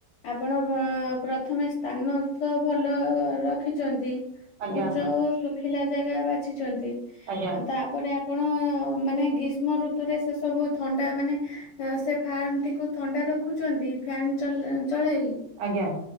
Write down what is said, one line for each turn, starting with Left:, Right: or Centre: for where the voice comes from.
Left: ଆପଣ ପ୍ରଥମେ ସ୍ଥାନ ତ ଭଲ ରଖିଛନ୍ତି?
Right: ଆଜ୍ଞା
Left: ଉଚ୍ଚ ଶୁଖିଲା ଜାଗା ବାଛିଛନ୍ତି।
Right: ଆଜ୍ଞା
Left: ତାପରେ ଆପଣ ମାନେ ଗ୍ରୀଷ୍ମ ଋତୁରେ ସେ ସବୁ ଥଣ୍ଡା ମାନେ ସେ ଫାର୍ମ ଟିକୁ ଥଣ୍ଡାର ଦେଖୁଛନ୍ତି ଫ୍ୟାନ୍ ଚଲେଇ ଚଳେଇ
Right: ଆଜ୍ଞା।